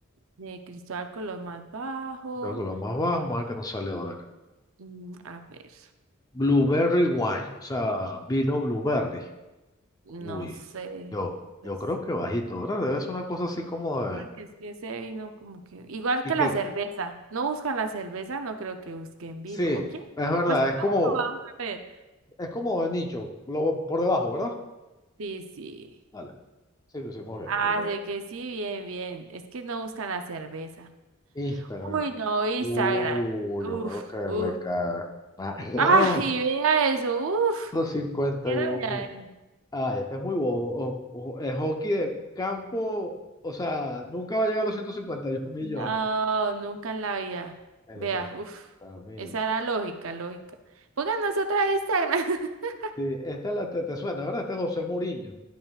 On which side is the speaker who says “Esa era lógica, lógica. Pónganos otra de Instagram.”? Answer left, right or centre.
Right